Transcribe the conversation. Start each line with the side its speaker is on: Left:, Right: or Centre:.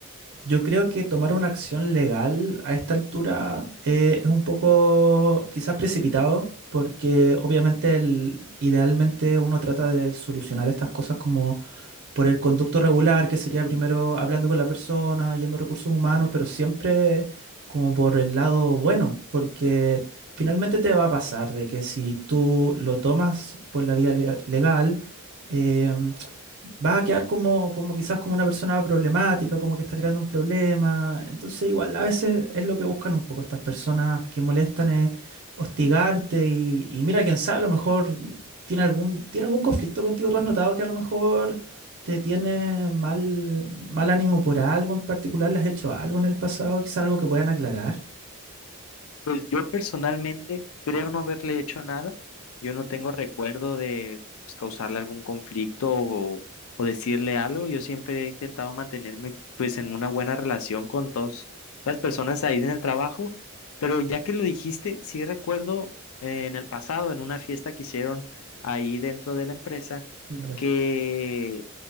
Right: yo creo que tomar una acción legal a esta altura eh, es un poco quizás precipitado, porque obviamente el- idealmente uno trata de solucionar estas cosas como por el conducto regular, que sería primero hablando con la persona, yendo a recursos humanos, pero siempre como por el lado bueno, porque finalmente te va a pasar de que si tú lo tomas por la vía le- legal, eh, vas a quedar como, como quizás como una persona problemática, como que está creando un problema. Entonces, igual a veces es lo que buscan un poco estas personas que molestan, es hostigarte y, y mira, quién sabe, a lo mejor ¿Tiene algún, tiene algún conflicto contigo? ¿Tú has notado que a lo mejor te tiene mal, mal ánimo por algo en particular? ¿Le has hecho algo en el pasado? Quizás algo que puedan aclarar.
Left: Pues yo personalmente creo no haberle hecho nada. Yo no tengo recuerdo de pues, causarle algún conflicto o, o decirle algo. Yo siempre he intentado mantenerme pues en una buena relación con todas las personas ahí en el trabajo. Pero ya que lo dijiste, sí recuerdo eh, en el pasado, en una fiesta que hicieron ahí dentro de la empresa,
Right: Vale.
Left: que